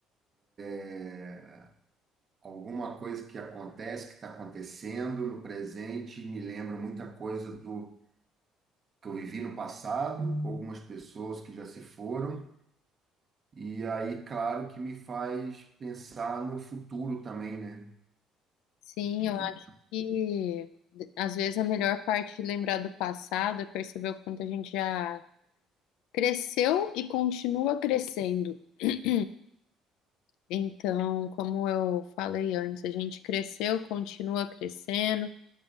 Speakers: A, on the right; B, on the left.
A: é, alguma coisa que acontece, que está acontecendo no presente, me lembra muita coisa do que eu vivi no passado, com algumas pessoas que já se foram. E aí, claro que me faz pensar no futuro também, né?
B: Sim,
A: Entendeu?
B: E d- às vezes a melhor parte de lembrar do passado é perceber o quanto a gente já cresceu e continua crescendo. <clears throat> Então, como eu falei antes, a gente cresceu, continua crescendo,